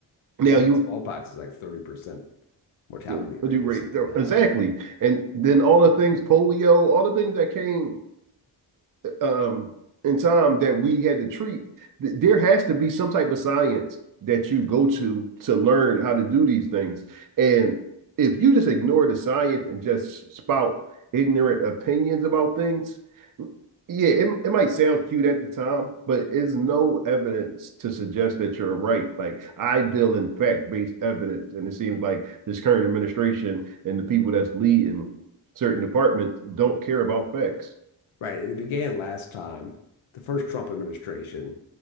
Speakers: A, on the right; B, on the left.
A: Now
B: Yeah, I think
A: you
B: smallpox is like 30% mortality
A: you
B: rate
A: know, do rate
B: or something high.
A: exactly, and then all the things polio, all the things that came um in time that we had to treat. There has to be some type of science that you go to to learn how to do these things. And if you just ignore the science and just spout ignorant opinions about things, yeah, it, it might sound cute at the time, but it's no evidence to suggest that you're right. Like I deal in fact-based evidence, and it seems like this current administration and the people that's leading certain departments don't care about facts.
B: Right. And it began last time, the first Trump administration,